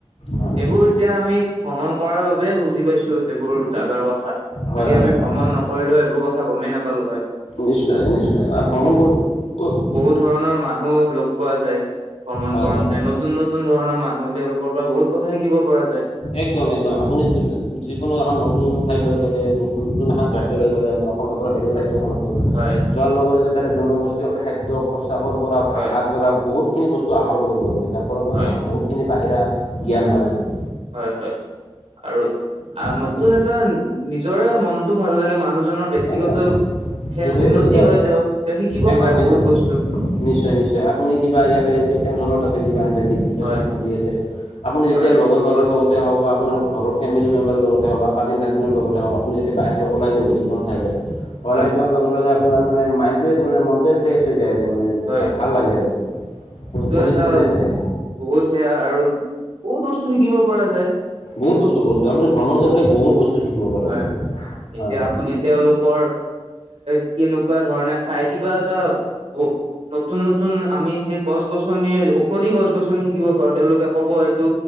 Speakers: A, on the left (about 75°); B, on the right (about 70°).
A: হয়
B: এইবোৰ এতিয়া আমি ভ্ৰমণ কৰাৰ বাবে বুজি পাইছোঁ এইবোৰ জাগাৰ কথা',
A: হয়
B: যদি
A: হয়
B: আমি
A: হয়
B: ভ্ৰমণ নকৰিলোঁ হয় এইবোৰ কথা গমেই নাপালোঁ হয়',
A: নিশ্চয়, নিশ্চয়, আৰু ভ্ৰমণ কৰি এ',
B: বহুত ধৰণৰ মানুহ লগ পোৱা যায়, ভ্ৰমণ
A: হয়
B: কৰোঁতে
A: হয়
B: নতুন নতুন ধৰণৰ', মানুহ, তেওঁলোকৰ পৰা বহুত কথা শিকিব পৰা যায়',
A: একদম, একদম, আপুনি যি যিকোনো এখন নতুন ঠাইলৈ গলে নতুন এখন ৰাজ্যলৈ গ'লে আপোনাৰ', অসমৰ পৰা বেলেগ ৰাজ্যখনত গ'ল ',
B: হয়',
A: যোৱাৰ লগে লগে তাৰে জনগোষ্ঠীৰ খাদ্য পোছাকৰ পৰা ভাষাৰ
B: হয়
A: পৰা বহুতখিনি বস্তু', হেতু আহৰণ কৰিব পাৰি, যাৰ ফলত
B: হয়
A: মানুহৰ বহুতখিনি বাহিৰা জ্ঞান হয় আৰু',
B: হয় হয় আৰু আ
A: তাকে
B: নতুন এটা নিজৰে মনটো ভাল লাগে মানুহজনৰ ব্যক্তিগত
A: একদম
B: সেয়া
A: এইটোৱে
B: উন্নতি
A: এইটো
B: হয় তেওঁ, তেওঁ শিকিব
A: একদম
B: পাৰে বহুত
A: একদম
B: বস্তু
A: নিশ্চয় নিশ্চয় আপুনি কিবা ইয়াতে কিবা টেনচনত আছে কিবা এনজাইটিক ডিপ্ৰেছনত
B: হয়
A: ভুগি আছে আপুনি যেতিয়া
B: হয়
A: লগৰ ল'ৰাৰ লগতে হওঁক বা আপোনাৰ ঘৰৰ ফেমিলি মেম্বাৰৰ লগতে হওঁক বা কাজিন চাজিনৰ লগতে হওক আপুনি যেতিয়া বাহিৰলৈ ওলাই যাব যিকোনো ঠাইলৈ
B: হয়
A: ওলাই যোৱাৰ লগে লগে আপোনাৰ মানে মাইণ্ডটোৱে মনটোৱে ফ্ৰেছ হৈ যায় আৰু মানে
B: হয়
A: এটা ভাল লাগে আৰু
B: এইটো
A: পজিটিভনেছ
B: এটা
A: আহে
B: বহুত সেয়া আৰু বহুত বস্তু শিকিব পৰা যায়
A: বহুত বস্তু বহুত আপুনি ভ্ৰমণ
B: হা
A: কৰিলে বহুত বস্তু শিকিব পৰা
B: হয়
A: যায়,
B: এতিয়া
A: হয়
B: আপুনি তেওঁলোকৰ এ কেনেকোৱা ধৰণে খাই কিবা এটা ব নতুন নতুন আমি সেই গছ গছনিৰ ঔষধি গছ গছনি শিকিব পাৰোঁ তেওঁলোকে ক'ব এইটো